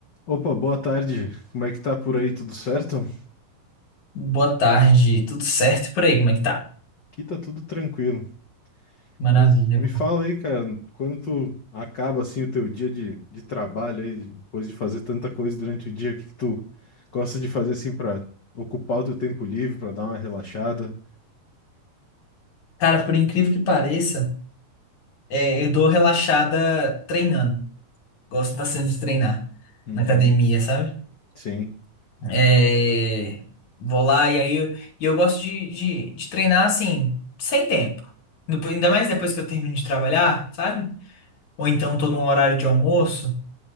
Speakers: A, on the left; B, on the left.
A: Opa, boa tarde. Como é que tá por aí? Tudo certo?
B: Boa tarde, tudo certo por aí? Como é que tá?
A: Aqui tá tudo tranquilo.
B: Maravilha.
A: Mas me fala aí, cara, quando tu acaba assim o teu dia de, de trabalho aí, depois de fazer tanta coisa durante o dia, o que que tu gosta de fazer assim pra ocupar o teu tempo livre, pra dar uma relaxada?
B: Cara, por incrível que pareça, é, eu dou relaxada treinando. Gosto bastante de treinar
A: Uhum.
B: na academia, sabe?
A: Sim.
B: É, vou lá e aí eu, e eu gosto de, de, de treinar assim, sem tempo. Depo- Ainda mais depois que eu termino de trabalhar, sabe? Ou então tô num horário de almoço,